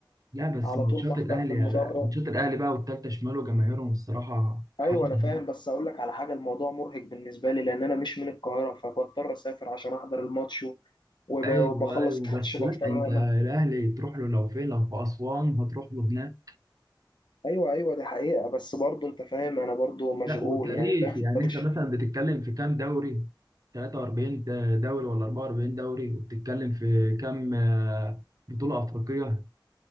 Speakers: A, on the right; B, on the left.
A: لا بس
B: على
A: ماتشات
B: طول بحضر
A: الاهلي
B: في المدرج
A: ماتشات الاهلي بقى والتالتة شمال وجماهيرهم الصراحة حاجة
B: ايوه انا فاهم
A: يعني.
B: بس اقول لك على حاجه الموضوع مرهق بالنسبه لي لان انا مش من القاهره فبضطر اسافر عشان احضر الماتش و- وب-
A: ايوه
B: وبخلص
A: ايوه
B: الماتش
A: بس
B: بضطر
A: لا انت
B: انا
A: الاهلي تروح له لو فين لو في اسوان هتروح له هناك
B: ايوه ايوه دي حقيقه بس برضه انت فاهم انا برضه مشغول
A: لا وتاريخ
B: يعني فاهم
A: يعني
B: فمش
A: انت مثلا بتتكلم في كام دوري 43 دوري ولا 44 دوري وبتتكلم في كام آه، بطولة أفريقية